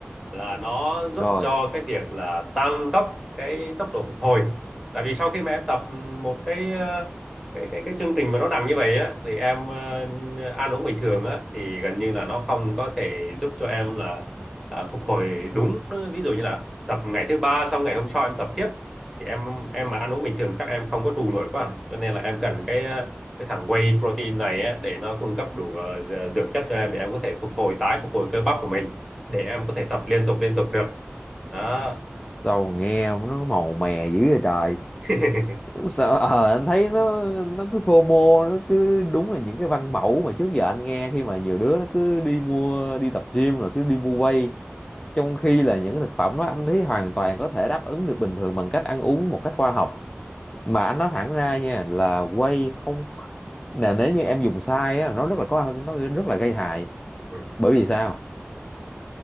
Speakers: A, in the centre; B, on the left.
A: là nó giúp
B: rồi
A: cho cái việc là tăng tốc cái tốc độ phục hồi tại vì sau khi mà em tập một cái ờ, cái cái cái chương trình mà nó nặng như vậy á thì em ờ, ăn uống bình thường á thì gần như là nó không có thể giúp cho em là à, phục hồi đúng ví dụ như là tập ngày thứ ba xong ngày hôm sau em tập tiếp thì em em mà ăn uống bình thường chắc em không có trụ nổi quá à. cho nên là em cần cái ờ, cái thằng whey protein này á, để nó cung cấp đủ ờ, dưỡng chất cho em để em có thể phục hồi tái phục hồi cơ bắp của mình để em có thể tập liên tục liên tục được đó
B: sao nghe nó màu mè dữ vậy trời
A: <laughs>
B: Sợ, ờ, anh thấy nó nó cứ FOMO nó cứ đúng là những cái văn mẫu mà trước giờ anh nghe khi mà nhiều đứa nó cứ đi mua đi tập gym rồi cứ đi mua whey trong khi là những thực phẩm đó anh thấy hoàn toàn có thể đáp ứng được bình thường bằng cách ăn uống một cách khoa học mà anh nói thẳng ra nha là whey không ph- nè nếu như em dùng sai á nó rất là có nó rất là gây hại
A: Ừ.
B: bởi vì sao